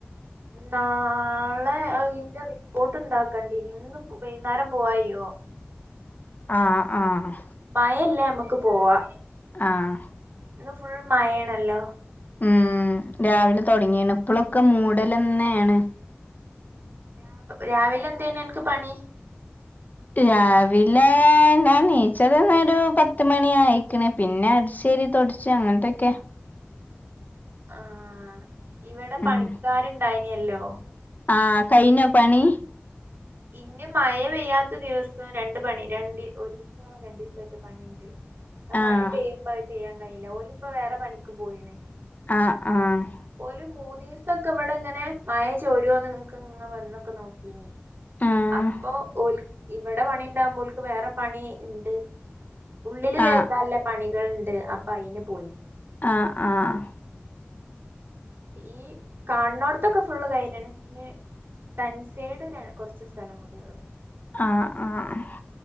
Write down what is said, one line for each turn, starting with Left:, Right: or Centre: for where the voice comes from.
Right: നാളെ അയ്ന്റെ റിപ്പോർട്ട് ഉണ്ടാക്കണ്ടിനി. ഇന്ന് ഇപ്പൊ വൈകുന്നേരം പോവാൻ കഴിയോ
Left: ആഹ് ആഹ്
Right: മഴല്ലേ നമ്മുക്ക് പോവാ
Left: ആഹ്
Right: ഇന്ന് ഫുൾ മഴണല്ലോ
Left: ഉം രാവിലെ തുടങ്ങിണ്. ഇപ്പോഴൊക്കെ മൂടൽ തന്നെയാണ്
Right: രാവിലെ എന്തേനു അനക്ക് പണി
Left: രാവിലെ ഞാൻ നീച്ചത് ന്നെ ഒരു പത്തു മണി ആയ്ക്കണ് പിന്നെ അടിച്ചു വാരി തൊടച്ചു അങ്ങനത്തൊക്കെ
Right: ആഹ് ഇവിടെ
Left: ഉം
Right: പണിക്കാരുണ്ടായിനല്ലോ
Left: ആഹ് കയിഞ്ഞോ പണി
Right: ഇനി മഴ പെയ്യാത്ത ദിവസം രണ്ട് പണി രണ്ട് ഒരു ദിവസം രണ്ട ദിവസം ആയിട്ട് പണിയ
Left: ആഹ്
Right: മഴ പെയ്യുമ്പ അത് ചെയ്യാൻ കഴിയില്ലഓലിപ്പ വേറെ പണിക്ക് പോയിണ്
Left: ആഹ് ആഹ്
Right: ഓൽ മൂന്നിസം ഇവിടെങ്ങനെ മഴ ചോരോന്നോ ക്കങ്ങനെ വന്നൊക്കെ നോക്കീനി
Left: ആഹ്
Right: അപ്പൊ ഓൽ ഇവിടെ പണി ഉണ്ടാവുമ്പോൽക്ക് വേറെ പണി ഉണ്ട് ഉള്ളില്
Left: ആഹ്
Right: തോക്കാള്ള പണികൾ ഉണ്ട്. അപ്പൊ അയിന് പോയി
Left: ആഹ് ആഹ്
Right: ഈ കാണണോടത്തൊക്കെ ഫുള്ള് കൈഞ്ഞണ്. ഇഞ് സൻസേഡ് കുറച്ച് സ്ഥല കൂടിഉള്ളൂ
Left: ആഹ് ആഹ് ആഹ്